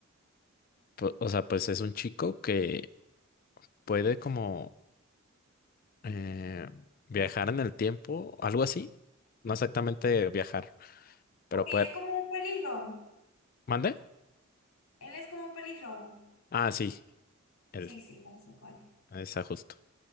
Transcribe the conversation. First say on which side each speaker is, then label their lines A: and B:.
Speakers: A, on the left; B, on the left.
A: pu- o sea, pues es un chico que puede como eh, viajar en el tiempo, algo así. No exactamente viajar, pero
B: Ok,
A: puede...
B: es como un pelirrojo.
A: ¿Mande?
B: Él es como pelirrojo.
A: Ah, sí, él,
B: Sí, sí, ya sé cuál es.
A: esa justo.